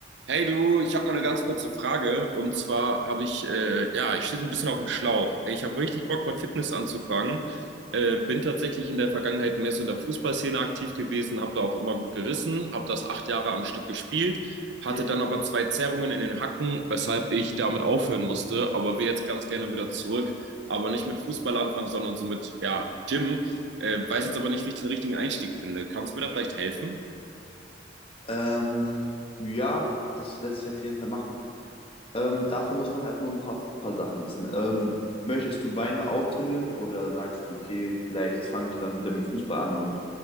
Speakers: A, on the right (about 70°); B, on the left (about 30°).
A: Hey du, ich habe mal eine ganz kurze Frage. Und zwar habe ich, äh, ja, ich stehe so ein bisschen auf dem Schlauch. Ich habe richtig Bock, mit Fitness anzufangen. Äh, bin tatsächlich in der Vergangenheit mehr so in der Fußballszene aktiv gewesen, habe da auch immer gut gerissen, habe das acht Jahre am Stück gespielt, hatte
B: Ja,
A: dann aber zwei Zerrungen in den Hacken, weshalb ich damit aufhören musste. Aber will jetzt ganz gerne wieder zurück, aber nicht mit Fußball anfangen, sondern so mit, ja, Gym. Äh, weiß jetzt aber nicht, wie ich den richtigen Einstieg finde. Kannst du mir da vielleicht helfen?
B: ähm, ja, das lässt sich auf jeden Fall machen. Ähm, dafür muss man halt nur ein paar, paar Sachen wissen. Ähm, möchtest du Beine auch trainieren oder sagst du, okay, vielleicht fange ich dann wieder mit Fußball an und